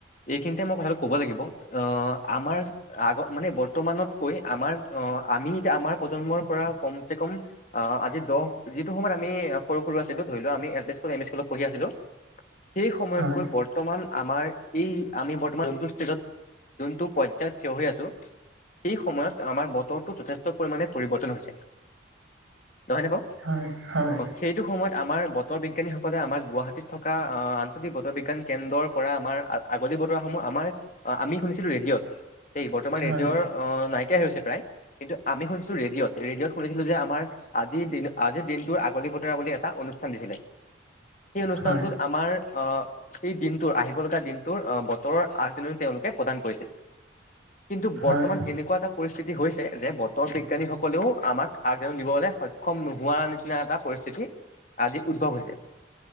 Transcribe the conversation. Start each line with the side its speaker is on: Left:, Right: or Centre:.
Left: এইখিনিতে মই কথাটো ক'ব লাগিব আহ আমাৰ আগত মানে বৰ্তমানত কৈ আমাৰ অ আমি এতিয়া আমাৰ প্ৰজন্মৰ পৰা কমচে কম অ আজি দহ যিটো সময়ত আমি সৰু সৰু আছিলো ধৰি লোৱা আমি L P school M E স্কুলত পঢ়ি আছিলো সেই সময়তকৈ
Right: হয়,
Left: বৰ- বৰ্তমান আমাৰ এই আমি বৰ্তমান যোনটো ষ্টেজত যোনটো পৰ্যায়ত থিয় হৈ আছো। সেই সময়ত আমাৰ বতৰটো যথেষ্ট পৰিমানে পৰিৱৰ্তন হৈছে। নহয়নে বাৰু?
Right: হয় হয়।
Left: অ সেইটো সময়ত আমাৰ বতৰ বিজ্ঞানীসকলে আমাৰ গুৱাহাটীত থ কা আহ আঞ্চলিক বতৰ বিজ্ঞান কেন্দ্ৰৰ পৰা আমাৰ আ আগলি বতৰাসমূহ আমাৰ অ' আমি শুনিছিলো ৰেডিঅ'ত। এই বৰ্তমান
Right: হয়,
Left: ৰেডিঅ'ৰ অ নাইকিয়াই হৈছে প্ৰায় কিন্তু আমি শুনিছো ৰেডিঅ'ত। ৰেডিঅ'ত শুনিছিলো যে আমাৰ আজিৰ দিন আজিৰ দিনটোৰ আগলি বতৰা বুলি এটা অনুষ্ঠান দিছিলে। সেই অনুষ্ঠানটোত
Right: হয়,
Left: আমাৰ আ এই দিনটোৰ আহিব লগা দিনটোৰ বতৰৰ আগজাননী তেওঁলোকে প্ৰদান কৰিছিল। কিন্তু
Right: হয়,
Left: বৰ্তমান এনেকুৱা এটা পৰিস্থিতি হৈছে, যে বতৰ বিজ্ঞানীসকলেও আমাক আগজাননী দিবলৈ সক্ষম নোহোৱাৰ নিচিনা এটা পৰিস্থিতি আজি উদ্ভৱ হৈছে।